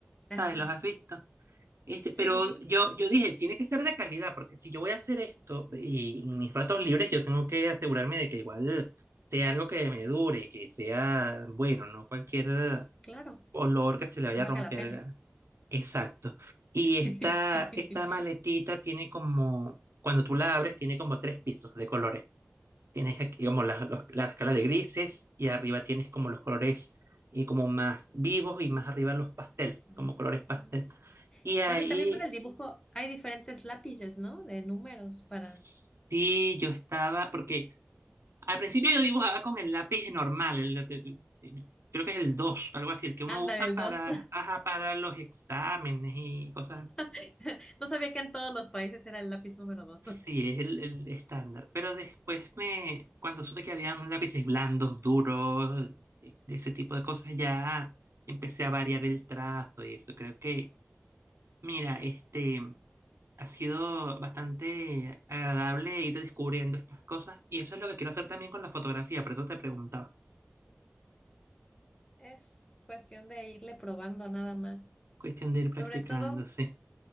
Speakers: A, on the left; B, on the right.
A: Ajá.
B: ¿sabes? ¿Los has visto? Este, pero
A: Sí, sí, sí,
B: yo, yo dije, tiene que ser de calidad, porque si yo voy a hacer esto y en mis ratos libres, yo tengo que asegurarme de que igual sea algo que me dure, que sea bueno, no cualquier
A: claro,
B: olor que se le vaya
A: que valga
B: a romper.
A: la pena.
B: la- Exacto. Y
A: <laughs>
B: esta, esta maletita tiene como, cuando tú la abres, tiene como tres pisos de colores. Tienes aquí como la, los- la escala de grises y arriba tienes como los colores y como más vivos y más arriba los pastel,
A: Ok.
B: como colores pastel. Y ahí
A: Bueno, y también para el dibujo hay diferentes lápices, ¿no? De números para...
B: Sí, yo estaba, porque al principio yo dibujaba con el lápiz normal, el- el- el- creo que es el 2, algo así, el que uno
A: Ándale,
B: usa
A: el
B: para,
A: dos
B: ajá, para los exámenes y cosas.
A: <laughs> No sabía que en todos los países era el lápiz número <laughs> 2.
B: Sí, es el, el estándar. Pero después me, cuando supe que habían lápices blandos, duros, de ese tipo de cosas, ya empecé a variar el trazo y eso. Creo que, mira, este... Ha sido bastante agradable ir descubriendo estas cosas y eso es lo que quiero hacer también con la fotografía, por eso te preguntaba.
A: Es cuestión de irle probando nada más.
B: Cuestión de ir practicando,
A: Sobre todo
B: sí.